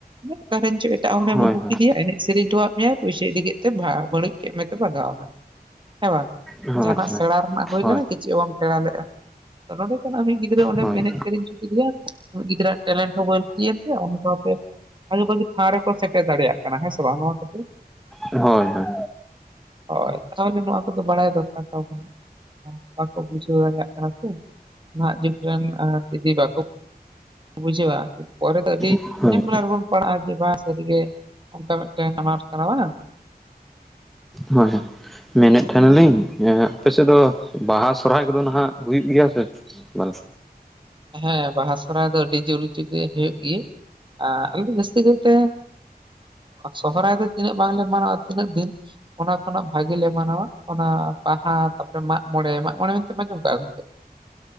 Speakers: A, on the right; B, in the centre.
A: ᱚᱠᱟ ᱨᱮᱱ ᱪᱚ ᱮᱴᱟᱜ ᱦᱚᱲᱮᱢ
B: ᱦᱳᱭ
A: ᱟᱹᱜᱩ
B: ᱦᱳᱭ
A: ᱠᱮᱫᱮᱟᱭ ᱮᱱᱮᱡ ᱥᱮᱨᱮ ᱦᱚᱴᱚᱣᱟᱜ ᱢᱮᱟᱭ ᱯᱚᱭᱥᱟ ᱤᱫᱤ ᱠᱮᱫᱛᱮ ᱵᱟᱹᱲᱩᱡ ᱠᱮᱫ ᱢᱮᱛᱮ ᱵᱷᱟᱜᱟᱣᱱᱟᱭ᱾ ᱦᱮᱸ ᱵᱟᱝ
B: ᱦᱳᱭ
A: ᱡᱟᱦᱟᱱᱟᱜ ᱥᱮᱬᱟ ᱨᱮᱱᱟᱜ ᱦᱩᱭ
B: ᱦᱳᱭ
A: ᱞᱮᱱᱟ ᱠᱤ ᱪᱮᱫ ᱦᱚᱸ ᱵᱟᱢ ᱥᱮᱬᱟ ᱞᱮᱜᱼᱟ ᱾ ᱱᱚᱰᱮ ᱠᱷᱟᱱ ᱟᱢᱤᱡ ᱜᱤᱫᱽᱨᱟᱹ ᱚᱸᱰᱮᱢ
B: ᱦᱳᱭ
A: ᱮᱱᱮᱮᱡ ᱥᱮᱨᱮᱧ ᱠᱴᱪᱚ ᱠᱮᱫᱮᱭᱟ ᱜᱤᱫᱽᱨᱟᱹ ᱴᱮᱞᱮᱱᱴ ᱦᱚᱸ ᱵᱟᱹᱲᱛᱤᱭᱮᱱ ᱛᱟᱭᱟ ᱤᱱᱟᱹ ᱥᱟᱶᱛᱮ ᱵᱷᱟᱜᱮ ᱵᱷᱟᱜᱮ ᱴᱷᱟᱣ ᱫᱮᱠᱚ ᱥᱮ ᱫᱟᱲᱮᱭᱟᱜ ᱠᱟᱱᱟ ᱦᱮᱸ ᱥᱮ ᱵᱟᱝ ᱱᱚᱣᱟ ᱠᱷᱟ. ᱛᱤᱨ
B: ᱦᱳᱭ ᱦᱳᱭ
A: ᱦᱳᱭ ᱛᱟᱦᱚᱞᱮ ᱱᱚᱣᱟ ᱠᱚᱫᱚ ᱵᱟᱲᱟᱭ ᱫᱚᱨᱠᱟᱨ ᱛᱟᱵᱚᱱᱟ᱾ ᱵᱟᱠᱚ ᱵᱩᱡᱷᱟᱹᱣ ᱫᱟᱲᱮᱭᱟᱜ ᱠᱟᱱᱟ ᱥᱮ ᱱᱟᱦᱟᱜ ᱡᱩᱜ ᱨᱮᱱ ᱡᱩᱫᱤ ᱵᱟᱠᱚ ᱼᱼ ᱵᱩᱡᱷᱟᱹᱣ-ᱟ ᱯᱚᱨᱮ ᱫᱚ ᱟᱹᱰᱤ
B: ᱦᱳᱭ
A: ᱡᱷᱟᱢᱮᱞᱟ ᱨᱮᱵᱚᱱ ᱯᱟᱲᱟᱜ ᱯᱟᱲᱟᱜᱼᱟ ᱡᱮ ᱵᱟᱝ ᱥᱟᱹᱨᱤᱜᱮ ᱼᱼ ᱚᱱᱠᱟ ᱢᱤᱫᱴᱮᱱ ᱟᱱᱟᱴ ᱠᱟᱱᱟ ᱵᱟᱝ ᱾
B: ᱦᱳᱭ ᱦᱳᱭ ᱢᱮᱱᱮᱫ ᱛᱟᱦᱮᱱᱟᱞᱤᱧ ᱟᱯᱮᱥᱮᱫ ᱫᱚ ᱵᱟᱦᱟ ᱥᱚᱨᱦᱟᱭ ᱠᱚᱫᱚ ᱱᱟᱦᱟᱜ ᱦᱩᱭᱩᱜ ᱜᱮᱭᱟ ᱥᱮ ᱵᱟᱝ?
A: ᱦᱮᱸ ᱵᱟᱦᱟ ᱥᱚᱦᱨᱟᱭ ᱫᱚ ᱟᱹᱰᱤ ᱡᱳᱨ ᱦᱚᱪᱚ ᱜᱮ ᱦᱩᱭᱩᱜ ᱜᱮ ᱟᱨ ᱟᱞᱮ ᱫᱚ ᱡᱟᱹᱥᱛᱤ ᱠᱟᱭᱛᱮ ᱼᱼ ᱥᱚᱦᱚᱨᱟᱭ ᱫᱚ ᱛᱤᱱᱟᱹᱜ ᱵᱟᱝᱞᱮ ᱢᱟᱱᱟᱣᱼᱟ ᱛᱤᱱᱟᱹᱜ ᱫᱤᱱ, ᱚᱱᱟ ᱠᱷᱚᱱᱟᱜ ᱵᱷᱟᱜᱤ ᱞᱮ ᱢᱟᱱᱟᱣᱟ ᱚᱱᱟ ᱵᱟᱦᱟ ᱛᱟᱯᱚᱨᱮ ᱢᱟᱜ ᱢᱚᱬᱮ ᱢᱟᱜ ᱢᱚᱬᱮ ᱢᱮᱱᱛᱮ ᱟᱡᱚᱢ ᱠᱟᱜᱼᱟ ᱜᱚᱝᱠᱮ?